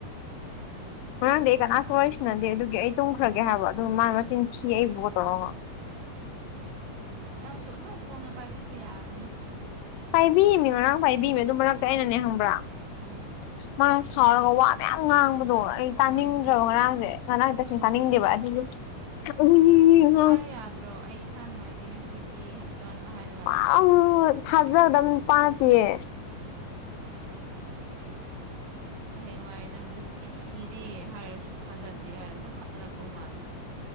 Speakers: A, on the right; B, on the left.
A: <inaudible>
B: ꯉꯔꯥꯡꯗꯤ ꯑꯩ ꯀꯅꯥꯁꯨ ꯋꯥꯔꯤꯁꯥꯟꯅꯗꯦ ꯑꯗꯨꯒꯤ ꯑꯩ ꯇꯨꯝꯈ꯭ꯔꯒꯦ ꯍꯥꯏꯕ ꯑꯗꯨꯏ ꯃꯥ ꯃꯆꯤꯟ ꯊꯤꯑꯦ ꯑꯩꯕꯨ ꯇꯧꯔꯒ
A: ꯅꯪꯁꯨ ꯑꯗꯨꯝ ꯐꯣꯟꯗꯣ ꯄꯥꯏꯕꯤꯕ ꯌꯥꯕꯅꯦ
B: ꯄꯥꯏꯕꯤꯌꯦꯃꯤ ꯉꯔꯥꯡ ꯄꯥꯏꯕꯤꯕ ꯑꯗꯨ ꯃꯔꯛꯇ ꯑꯩꯅꯅꯦ ꯈꯪꯕ꯭ꯔꯥ
A: ꯎꯝ
B: ꯃꯥꯅ ꯁꯥꯎꯔꯒ ꯋꯥ ꯃꯌꯥꯝ ꯉꯥꯡꯕꯗꯣ ꯑꯩ ꯇꯥꯅꯤꯡꯗ꯭ꯔꯕ
A: ꯑꯧ
B: ꯉꯔꯥꯡꯁꯦ ꯉꯔꯥꯡꯁꯦ ꯇꯁꯦꯡ ꯇꯥꯅꯤꯡꯗꯦꯕ ꯑꯗꯨ <unintelligible>
A: ꯍꯥꯏꯌꯨ ꯌꯥꯗ꯭ꯔꯣ ꯑꯩ ꯏꯁꯥ ꯅꯨꯡꯉꯥꯏꯇꯦ ꯉꯁꯤꯗꯤ ꯑꯗꯨꯃꯥꯏꯅ ꯍꯥꯏ
B: ꯋꯥ ꯊꯥꯖꯗꯣꯕ ꯅꯨꯄꯥ ꯅꯠꯇꯦꯌꯦ
A: ꯍꯌꯦꯡꯋꯥꯏ ꯅꯪꯗꯤ ꯑꯩ ꯁꯤꯔꯦ ꯍꯥꯏꯔꯁꯨ ꯊꯥꯖꯗꯦ ꯍꯥꯏꯔꯒ ꯑꯗꯨꯝ ꯈꯠꯅꯔꯛꯇꯧ ꯃꯥꯜꯂꯦ